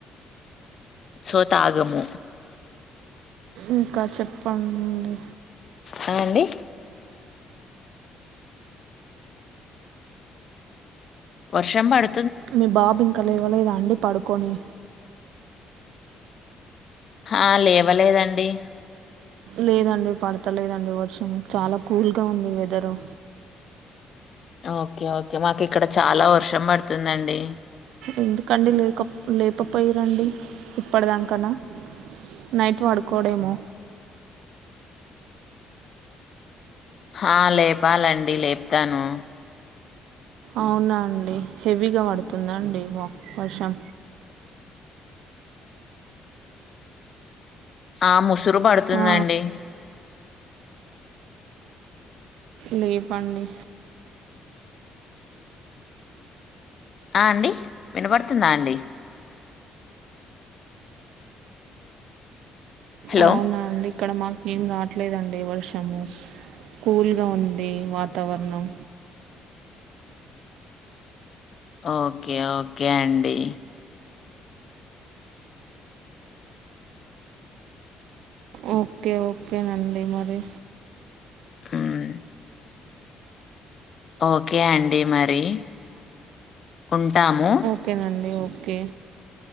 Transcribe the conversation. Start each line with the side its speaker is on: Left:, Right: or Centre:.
Left: సో తాగము
Right: ఇంకా చెప్పండి
Left: అ అండి వర్షం పడు
Right: మీ బాబు ఇంకా లేవలేదా అండి పడుకొని
Left: ఆ లేవలేదండి
Right: లేదండి పడతలేదండి వర్షం చాలా కూల్గా ఉంది వెదరు
Left: ఓకే ఓకే మాకు ఇక్కడ చాలా వర్షం పడుతుందండి.
Right: ఎందుకండి లేక లేకపోయి రండి ఇప్పటిదాకనా నైట్ పొడుకోడేమో
Left: ఆ లేపాలండి లేపుతాను
Right: అవునా అండి హెవీగా పడుతుందండి వర్షం
Left: ఆ ముసురు పడుతుందండి
Right: ఆ, లేపండి
Left: ఆ అండి వినపడుతుందా అండి హలో
Right: అవునండి ఇక్కడ మాకు ఏం రావట్లేదండి వర్షము కూల్గా ఉంది వాతావరణం
Left: ఓకే ఓకే అండి
Right: ఓకే ఓకేనండి మరి.
Left: మ్ ఓకే అండి మరి ఉంటాము.
Right: ఓకేనండి ఓకే